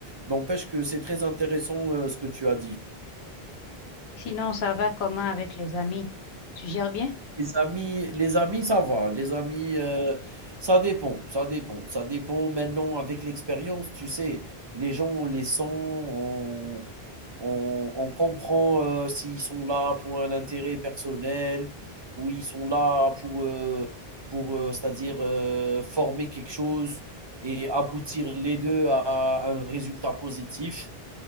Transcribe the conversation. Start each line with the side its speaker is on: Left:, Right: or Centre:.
Right: n'empêche que c'est très intéressant, heu, ce que tu as dit.
Left: Sinon, ça va comment avec les amis? Tu gères bien?
Right: Les amis les amis, ça va. Les amis, heu, ça dépend, ça dépend, ça dépend maintenant avec l'expérience, tu sais, les gens, on les sent, on on on comprend, heu, s'ils sont là pour un intérêt personnel ou ils sont là pour, heu, pour, heu, c'est-à-dire, heu, former quelque chose et aboutir les 2 à un résultat positif,